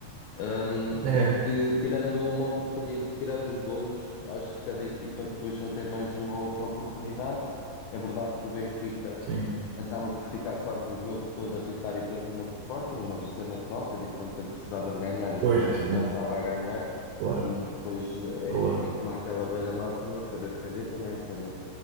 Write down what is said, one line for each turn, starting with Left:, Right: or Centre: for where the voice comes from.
Left: Um,
Right: É,
Left: porque tirando uma oportunidade, tirando os golos, acho que cada equipa depois só tem mais uma ou outra oportunidade. É verdade que o Benfica
Right: sim.
Left: acaba por ficar quase o jogo todo a tentar ir para cima do Sporting, mas isso é natural, tendo em conta que precisava de ganhar e o Sporting
Right: Pois, é, sim,
Left: já estava a ganhar.
Right: claro,
Left: E depois é,
Right: claro.
Left: é como aquela velha máxima de saber defender também é saber